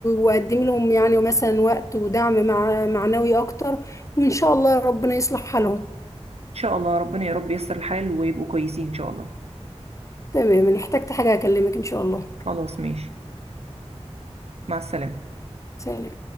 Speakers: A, on the left; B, on the right.
A: وقدمي لهم يعني مثلا وقت ودعم مع معنوي اكتر وان شاء الله ربنا يصلح حالهم
B: شاء الله ربنا يا رب ييسر الحال ويبقوا كويسين ان شاء الله
A: تمام ان احتجت حاجة اكلمك ان شاء الله
B: خلاص ماشي مع السلامه
A: سلام